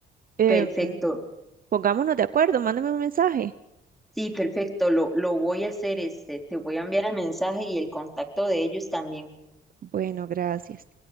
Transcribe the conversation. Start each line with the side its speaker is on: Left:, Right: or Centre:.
Right: Em,
Centre: Perfecto.
Right: pongámonos de acuerdo, mándame un mensaje.
Centre: Sí, perfecto, lo, lo voy a hacer, este, te voy a enviar el mensaje y el contacto de ellos también.
Right: Bueno, gracias.